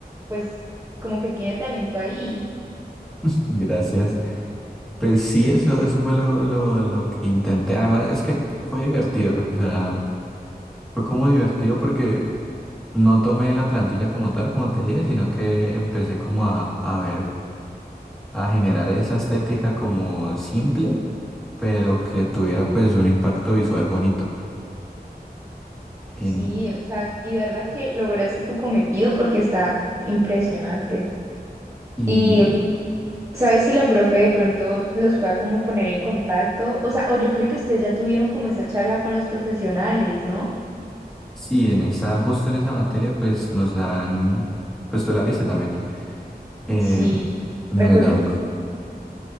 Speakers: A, on the right (about 20°); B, in the centre.
A: pues, como que tiene talento ahí.
B: <laughs> Gracias. Pues sí, eso, eso fue lo, lo, lo que intenté. Además, es que fue divertido. O sea, fue como divertido porque no tomé la plantilla como tal, como te dije, sino que empecé como a, a ver, a generar esa estética como simple, pero que tuviera pues un impacto visual bonito. En,
A: Sí, o sea, y de verdad que lograste tu cometido porque está impresionante.
B: y
A: Y sabes si la profe de pronto los pueda como poner en contacto, o sea, o yo creo que ustedes ya tuvieron como esa charla con los profesionales, ¿no?
B: sí, en esa, justo en esa materia, pues nos dan, pues tú la viste también. em,
A: Sí,
B: nos
A: recuerdo
B: dan,
A: un,